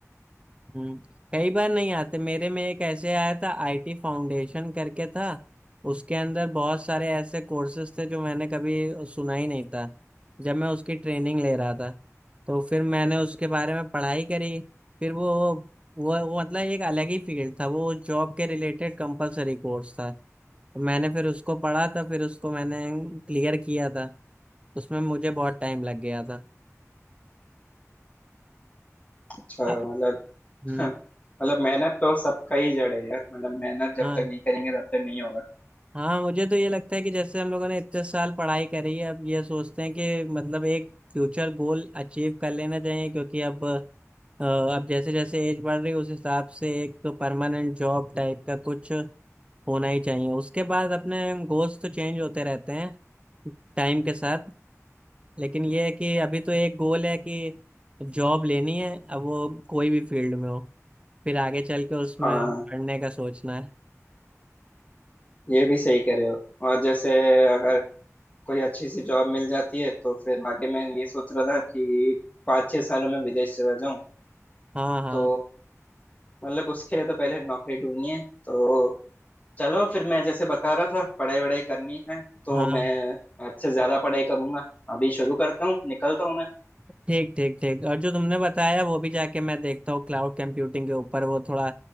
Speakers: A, on the right; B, on the left.
A: हम्म कई बार नहीं आते मेरे में एक ऐसे आया था आईटी फाउंडेशन करके था उसके अंदर बहुत सारे ऐसे कोर्सेज थे जो मैंने कभी सुना ही नहीं था जब मैं उसकी ट्रेनिंग ले रहा था तो फिर मैंने उसके बारे में पढ़ाई करी फिर वो वो वो मतलब एक अलग ही फील्ड था वो जॉब के रिलेटेड कंपलसरी कोर्स था तो मैंने फिर उसको पढ़ा था फिर उसको मैंने क्लियर किया था उसमें मुझे बहुत टाइम लग गया था
B: अच्छा
A: आ-
B: मतलब
A: हम्म
B: <laughs> मतलब मेहनत तो सबका ही जड़ है यार मतलब मेहनत जब
A: हाँ
B: तक नहीं करेंगे तब तक नहीं होगा
A: हाँ मुझे तो ये लगता है कि जैसे हम लोगों ने इतने साल पढ़ाई करी है अब ये सोचते हैं कि मतलब एक फ्यूचर गोल अचीव कर लेना चाहिए क्योंकि अब अ, अब जैसे जैसे एज बढ़ रही है उस हिसाब से एक तो परमानेंट जॉब टाइप का कुछ होना ही चाहिए उसके बाद अपने गोल्स तो चेंज होते रहते हैं टाइम के साथ लेकिन ये है कि अभी तो एक गोल है कि जॉब लेनी है अब वो कोई भी फील्ड में हो फिर आगे चल के उसमें
B: हाँ
A: पढ़ने का सोचना है
B: ये भी सही कह रहे हो और जैसे अगर कोई अच्छी सी जॉब मिल जाती है तो फिर आगे मैं ये सोच रहा था कि पाँच छह सालों में विदेश चला जाऊं
A: हाँ हाँ
B: तो मतलब उसके लिए तो पहले नौकरी ढूंढनी है तो चलो फिर मैं जैसे बता रहा था पढ़ाई वढ़ाई करनी है तो
A: हाँ
B: मैं आज से ज्यादा पढ़ाई करूंगा अभी शुरू करता हूँ निकलता हूँ मैं
A: ठीक ठीक ठीक और जो तुमने बताया वो भी जाके मैं देखता हूँ क्लाउड कंप्यूटिंग के ऊपर वो थोड़ा